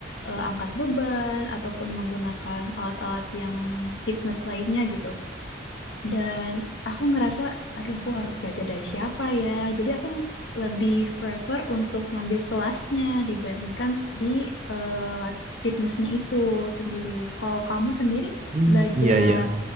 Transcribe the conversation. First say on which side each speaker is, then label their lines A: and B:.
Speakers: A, on the left (about 85°); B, on the right (about 40°).
A: eh, angkat beban ataupun menggunakan alat-alat yang fitness lainnya gitu. Dan aku ngerasa, aduh aku harus belajar dari siapa ya. Jadi aku lebih prefer untuk ngambil kelasnya dibandingkan di eh, lab fitnessnya itu sendiri. Kalau kamu sendiri
B: Hmm.
A: belajar
B: Iya iya.